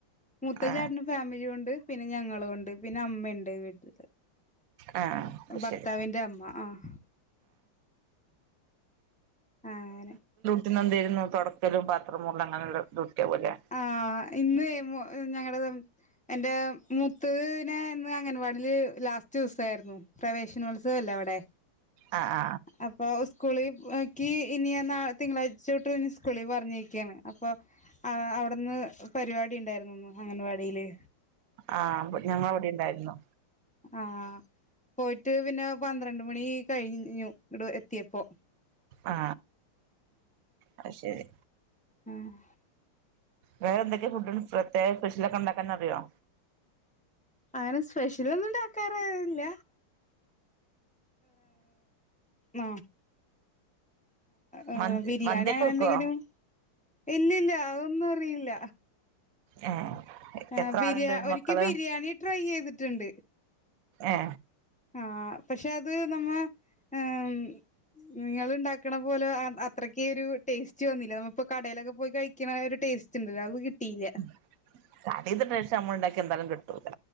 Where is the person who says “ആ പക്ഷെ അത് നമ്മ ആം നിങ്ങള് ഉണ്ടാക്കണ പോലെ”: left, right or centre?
Centre